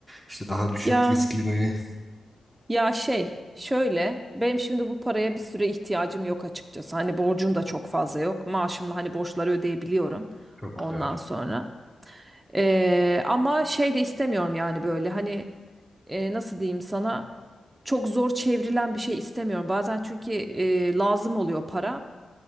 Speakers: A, in the centre; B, on the right (about 20°).
A: işte daha düşük
B: Ya
A: riskli mi?
B: ya şey şöyle benim şimdi bu paraya bir süre ihtiyacım yok açıkçası. Hani borcum da çok fazla yok. Maaşımla hani borçları ödeyebiliyorum
A: Çok
B: ondan
A: güzel.
B: sonra. Ee, ama şey de istemiyorum yani böyle hani e, nasıl diyeyim sana çok zor çevrilen bir şey istemiyorum. Bazen çünkü e, lazım oluyor para.